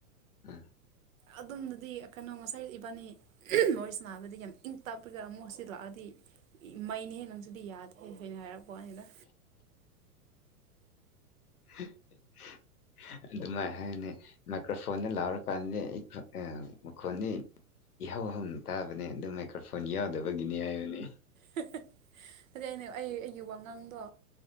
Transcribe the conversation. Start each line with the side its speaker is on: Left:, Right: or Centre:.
Left: <inaudible>
Right: ꯑꯗꯨꯝꯅꯗꯤ ꯀꯩꯅꯣ ꯉꯁꯥꯏ ꯏꯕꯥꯅꯤ ꯋꯥꯔꯤ ꯁꯅꯥꯕꯗꯤ ꯌꯥꯝ ꯏꯪ ꯇꯞꯄꯒ ꯑꯃꯨꯛꯁꯤ ꯂꯥꯛꯑꯗꯤ ꯃꯩꯩꯅꯤꯍꯦ ꯅꯪꯁꯤꯗꯤ ꯌꯥꯗꯦ ꯂꯤꯜꯊꯣꯏꯅ ꯍꯥꯏꯔꯛꯄ ꯋꯥꯅꯤꯗ
Left: <unintelligible> ꯑꯗꯨꯃꯥꯏ ꯍꯥꯏꯅꯤ ꯃꯥꯏꯀ꯭ꯔꯣꯐꯣꯟꯗ ꯂꯥꯎꯔꯀꯥꯟꯗꯗꯤ ꯑꯩ ꯐꯔꯛ ꯑ ꯃꯈꯣꯟꯅꯤ ꯏꯍꯧ ꯍꯧꯅ ꯇꯥꯕꯅꯦ ꯑꯗꯨ ꯃꯥꯏꯀ꯭ꯔꯐꯣꯟ ꯌꯥꯎꯗꯕꯒꯤꯅꯤ ꯍꯥꯏꯕꯅꯤ
Right: <unintelligible> ꯑꯗꯨꯗꯩ ꯑꯩ ꯑꯩ ꯑꯩꯒꯤ ꯋꯥꯉꯥꯡꯗꯣ